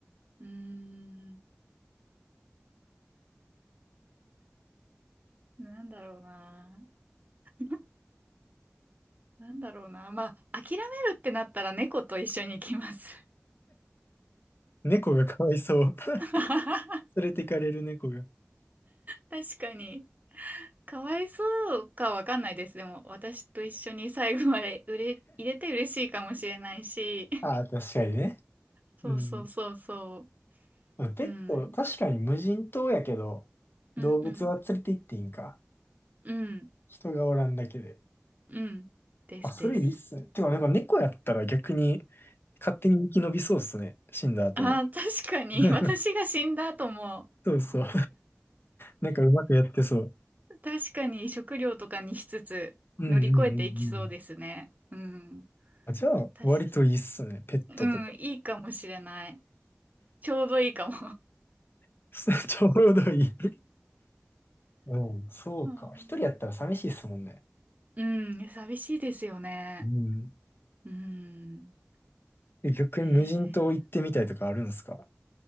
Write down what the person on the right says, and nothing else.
うーん、なんだろうな。<laughs> なんだろうな。まあ、諦めるってなったら猫と一緒に行きます。
<laughs>
確かに。かわいそうかわかんないです。でも、私と一緒に最後までうれ入れて嬉しいかもしれないし。
そうそうそうそ
う。うん。
うんうん。
うん。
うん。ですです。
ああ、確かに。
<laughs> 私が死んだ後も、
確かに食料とかにしつつ乗り越えていきそうですね。
うん。
確かに。
うん。いいかもしれない。ちょうどいいかも。
<laughs> うん
うん。寂しいですよね。
うん。
えー、